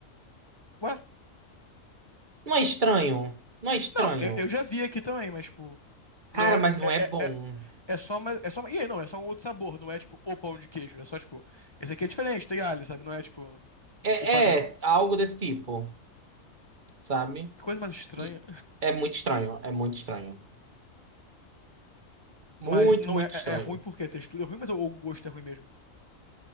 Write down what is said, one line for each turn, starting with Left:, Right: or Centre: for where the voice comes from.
Left: Ué?
Right: Não é estranho? Não é estranho.
Left: Não, eu, eu já vi aqui também, mas, tipo.
Right: Cara,
Left: Não,
Right: mas não
Left: é,
Right: é bom.
Left: é, é, é é só uma, é só uma, e aí, não, é só um outro sabor, não é tipo o pão de queijo, é só tipo, esse aqui é diferente, tem alho, sabe? Não é tipo
Right: É,
Left: o padrão.
Right: é algo desse tipo, sabe?
Left: Que coisa mais estranha.
Right: E é muito estranho, é muito estranho. Muito,
Left: Mas não
Right: muito
Left: é, é,
Right: estranho.
Left: é ruim porque a textura é ruim, mas o, o gosto é ruim mesmo.